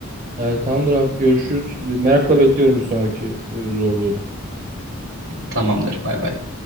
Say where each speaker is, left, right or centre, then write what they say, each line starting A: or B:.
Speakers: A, on the right; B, on the right.
A: Ee, tamamdır abi görüşürüz. Merakla bekliyorum bir sonraki e, zorluğu da.
B: Tamamdır. Bay bay.